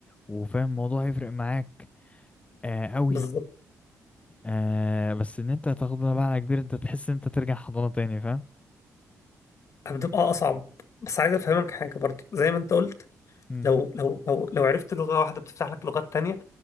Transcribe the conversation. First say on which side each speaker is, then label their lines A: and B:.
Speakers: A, on the left; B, on the left.
A: وفاهم الموضوع هيفرق معاك آه قوي.
B: بالظبط
A: آه بس ان انت هتاخدها بقى على كبير انت تحس ان انت ترجع حضانة تاني فاهم
B: بتبقى اصعب بس عايز افهمك حاجه برضو زي ما انت قلت
A: مم.
B: لو لو لو لو عرفت لغه واحده بتفتح لك لغات تانية